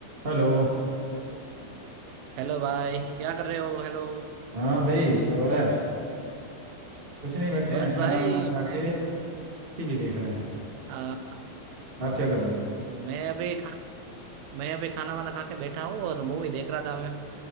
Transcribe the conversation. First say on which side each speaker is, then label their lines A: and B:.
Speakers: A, on the right; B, on the right.
A: Hello
B: Hello भाई क्या कर रहे हो हेलो
A: हाँ भाई क्या हो रहा है कुछ नहीं बैठे
B: बस
A: हैं खाना
B: भाई
A: वाना खा
B: मैं
A: के टीवी देख रहे हैं
B: आ,
A: आप क्या कर रहे हो
B: मैं अभी खा मैं अभी खाना वाना खा के बैठा हूँ और मूवी देख रहा था मैं